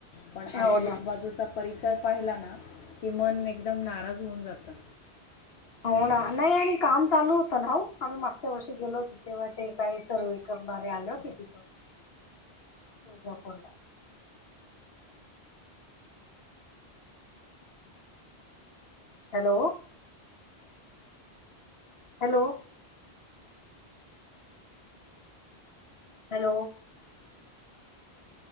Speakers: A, on the left (about 75°); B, on the left (about 65°).
A: पण
B: हो
A: आजूबाजूचा
B: ना
A: परिसर पाहिला ना, की मन एकदम नाराज होऊन जातं.
B: हो ना, नाही आणि काम चालू होतं ना हो, आम्ही मागच्या वर्षी गेलो होतो तेव्हा ते काय सर्व- करणारे आले होते तिथं.
A: ह
B: तूळजापुरला. Hello! Hello! Hello!